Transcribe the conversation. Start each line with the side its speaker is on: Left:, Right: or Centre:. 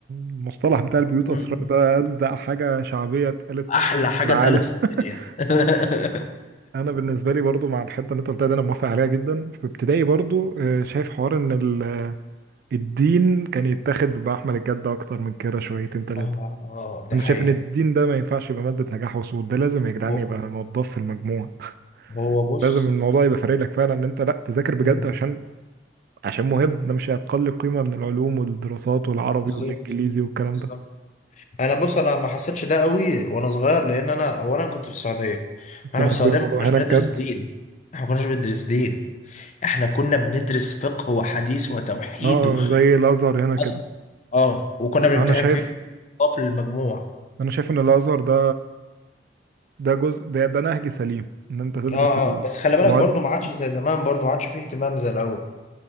Right: المصطلح بتاع البيوت
Left: م-
Right: اسرار
Left: م.
Right: ده ده حاجه شعبيه اتقالت
Left: احلى حاجه
Right: في العالم
Left: اتقالت في الدنيا
Right: <laughs>
Left: <laughs>
Right: انا بالنسبه لي برضو مع الحته اللي انت قلتها دي انا موافق عليها جدا في ابتدائي برضو آه، شايف حوار ان ال- الدين كان يتاخد بمحمل الجد اكتر من كده شويتين ثلاثه
Left: اه اه دي
Right: انا
Left: حقيقة
Right: شايف ان الدين ده ما ينفعش يبقى ماده نجاح وسقوط ده لازم يا جدعان
Left: هو
Right: يبقى موضوع في المجموع
Left: هو بص
Right: لازم الموضوع يبقى فارق لك فعلا ان انت لا تذاكر بجد
Left: مم.
Right: عشان عشان مهم ده مش اقل قيمه من العلوم والدراسات والعربي
Left: بالظبط
Right: والانجليزي والكلام
Left: بالظبط
Right: ده
Left: انا بص انا ما حسيتش ده قوي وانا صغير لان انا اولا كنت في السعوديه
Right: كانوا
Left: احنا في
Right: واخدين
Left: السعوديه
Right: الموضوع
Left: ما كناش
Right: هناك
Left: بندرس
Right: جد
Left: دين احنا ما كناش بندرس دين احنا كنا بندرس فقه وحديث وتوحيد
Right: اه
Left: و...
Right: زي الازهر هنا كده
Left: أصل- اه وكنا بنمتحن
Right: انا شايف
Left: فيه في المجموع
Right: انا شايف ان الازهر ده ده جزء ده, ده نهج سليم ان انت تدرس
Left: اه اه بس خلي بالك
Right: المواد
Left: برضو ما عادش زي زمان برضو ما عادش فيه اهتمام زي الاول